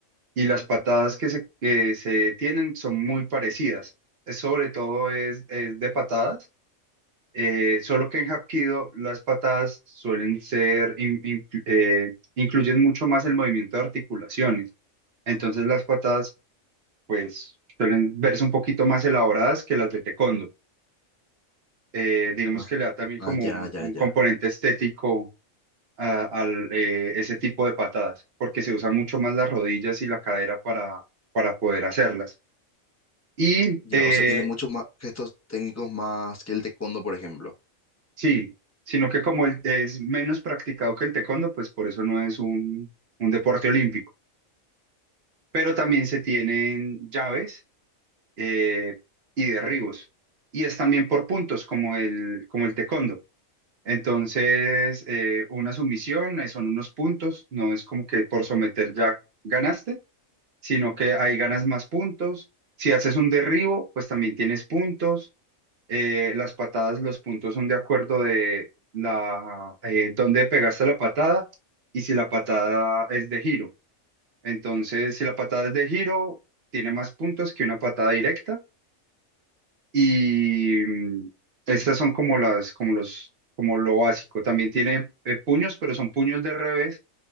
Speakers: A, on the right; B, on the left.
A: y las patadas que se, que se tienen son muy parecidas. Es sobre todo es, es de patadas, eh, solo que en Hapkido las patadas suelen ser, in- inclu- eh, incluyen mucho más el movimiento de articulaciones. Entonces las patadas pues suelen verse un poquito más elaboradas que las de Taekwondo. eh, digamos
B: Ah,
A: que le da también
B: ah,
A: como
B: ya,
A: un,
B: ya,
A: un
B: ya.
A: componente estético a, al, eh, ese tipo de patadas, porque se usan mucho más las rodillas y la cadera para, para poder hacerlas. Y
B: Ya,
A: eh,
B: o sea, tiene muchos más gestos técnicos más que el taekwondo, por ejemplo.
A: sí, sino que como el- es menos practicado que el taekwondo, pues por eso no es un, un deporte olímpico. Pero también se tienen llaves eh, y derribos. Y es también por puntos, como el, como el taekwondo. Entonces, eh, una sumisión eh, son unos puntos, no es como que por someter ya ganaste, sino que ahí ganas más puntos. Si haces un derribo, pues también tienes puntos. Eh, las patadas, los puntos son de acuerdo de la eh, dónde pegaste la patada y si la patada es de giro. Entonces, si la patada es de giro, tiene más puntos que una patada directa. Y mm, estas son como las, como los, como lo básico. También tiene eh, puños, pero son puños de revés.